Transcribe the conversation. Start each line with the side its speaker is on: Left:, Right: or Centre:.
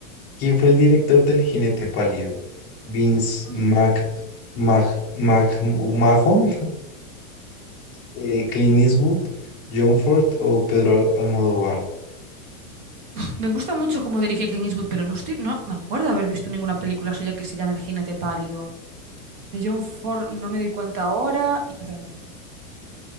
Left: ¿Quién fue el director del Jinete Pálido? Vince
Right: Mm.
Left: Mac, Mag, Mag- Mahon, eh, Clint Eastwood, John Ford o Pedro Almodóvar.
Right: Me gusta mucho cómo dirige Clint Eastwood, pero no estoy, no me acuerdo de haber visto ninguna película suya que se llame El jinete pálido. De John Ford no me doy cuenta ahora y Pedro Almodóvar yo creo que tampoco